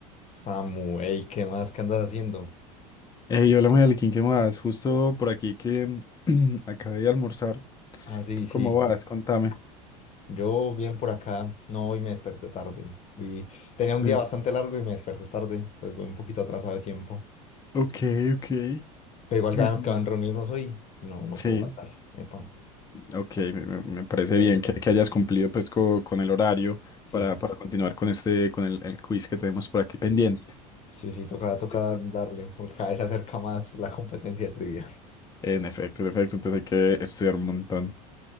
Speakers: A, on the left (about 40°); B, on the left (about 20°).
A: Samu, ey, ¿qué más? ¿Qué andas haciendo?
B: Hey, hola Melkin, ¿qué más? Justo por aquí que <clears throat> acabé de almorzar.
A: Ah, sí,
B: ¿Tú
A: sí.
B: cómo vas? Contame.
A: <laughs> Yo bien por acá. No, hoy me desperté tarde. Y tenía un
B: Sí.
A: día bastante largo y me desperté tarde, entonces voy un poquito atrasado de tiempo.
B: Ok, ok.
A: Pero igual
B: Muy
A: quedamos
B: bien.
A: que van a reunirnos hoy y no, no
B: Sí,
A: pudo faltar. Epa.
B: ok, me, me- me parece
A: Entonces,
B: bien que, que hayas cumplido pues co- con el horario
A: sí,
B: para,
A: sí.
B: para continuar con este, con el, el quiz que tenemos por aquí pendiente.
A: Sí, sí, toca, toca
B: Listo.
A: darle, porque cada vez se acerca más la competencia de trivia.
B: En efecto, en efecto, entonces hay que estudiar un montón.